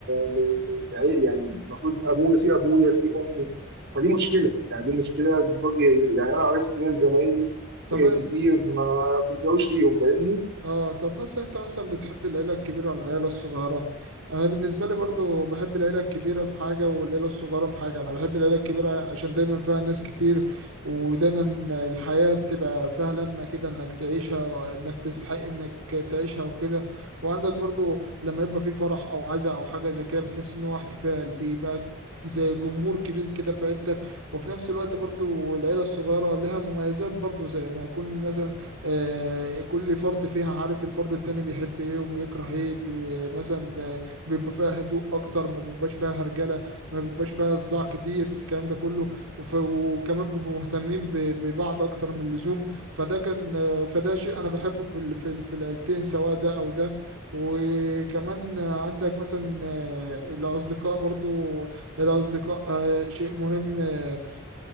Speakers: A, on the right; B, on the right.
A: ل- للعيل يعني المفروض ابويا في ابويا في امي فدي مشكله يعني دي مشكله بتواجه يعني انا عرفت ناس زمايلي
B: طب
A: آه، كتير ما بيلجأوش ليهم فاهمني
B: اه طب مثلا انت مثلا بتحب العيلة الكبيرة ولا العيلة الصغيرة انا بالنسبة لي برضو بحب العيلة الكبيرة في حاجة والعيلة الصغيرة في حاجة انا بحب العيلة الكبيرة عشان دايما فيها ناس كتير ودايما الحياة بتبقى فيها لمة كده انك تعيشها وانك تستحق انك تعيشها وكده وعندك برضو لما يبقى في فرح او عزاء او حاجة زي كده بتحس ان هو احتفال في بقى زي جمهور كبير كده في عيلتك وفي نفس الوقت برضو العيلة الصغيرة لها مميزات برضو زي ما يكون مثلا آه، كل فرد فيها عارف الفرد التاني بيحب ايه وبيكره ايه بي- مثلا ده بيبقى فيها هدوء اكتر ما بيبقاش فيها هرجله ما بيبقاش فيها صداع كتير الكلام ده كله ف... وكمان بيبقوا مهتمين ب... ببعض اكتر من اللزوم فده كان آه، فده شيء انا بحبه في ال... في ال... في العيلتين سواء ده او ده وكمان عندك مثلا آه، الاصدقاء برضو الأصدقاء آه، شيء مهم آه،